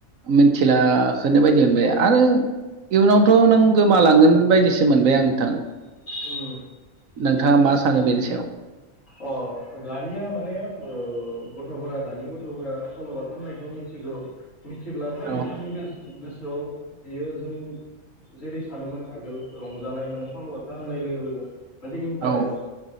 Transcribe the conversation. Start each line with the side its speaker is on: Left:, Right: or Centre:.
Right: मिथिला खोनो बायदि मोनबाय आरो इयुनावथ' नों गोमालांगोन बायदिसो मोनबाय आं नोंथां।
Left: उम
Right: नोंथाङा मा सानो बेनि सायाव
Left: अ दानिया माने ओ गथ'फोरा दानि गथ'फोरा सल'बाथा होननायखौ मिथि गौ मिथिब्लाबो
Right: औ
Left: बिसोरनि गोस गोसोआव बियो जों जेरै सानोमोन आगोल रंजानाय माने सल' बाथा होननाय लोगो लोगो मोनसे इन्टारेस्ट
Right: औ